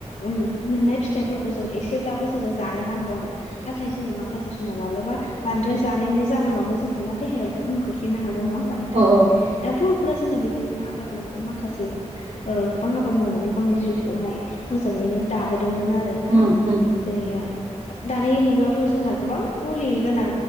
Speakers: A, on the left; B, on the right.
A: ओम मोननाय फिथाइफोरखौ जों एसेब्लाबो जोङो जानो नांगौ आरो। नाथाय जोङो माखासे समाव माब्लाबा बांद्राय जानायनि जाहोनावबो जोंहा मा देहायाव गोहोम खोख्लैनो हागौ नङा होमबा नोथां
B: औ
A: दा बर'फोरा जोंना बेबायदिनो आबाद मावनानै माखासे ओ गोबां आबाद मावनानै गावनि जिउखौहाय मोजाङैनो दाबोदोंमोन आरो
B: उम
A: ना
B: उम
A: जेरैहाय दानि मुगायावथ' जोंहा गोबां मुलि गोनां